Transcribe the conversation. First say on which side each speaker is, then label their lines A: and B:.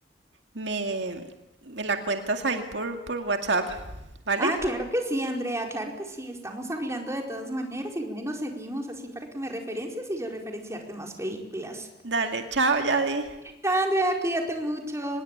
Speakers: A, on the right; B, on the right.
A: me, me la cuentas ahí por, por WhatsApp, ¿vale?
B: Ah, claro que sí, Andrea, claro que sí. Estamos hablando de todas maneras y bueno, seguimos así para que me referencias y yo referenciarte más películas.
A: Dale, chao, Yadi.
B: Chao, Andrea, cuídate mucho.